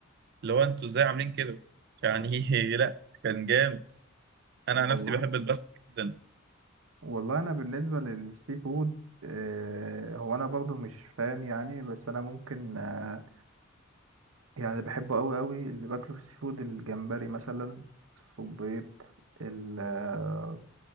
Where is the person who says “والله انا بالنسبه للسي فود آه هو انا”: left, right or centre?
Right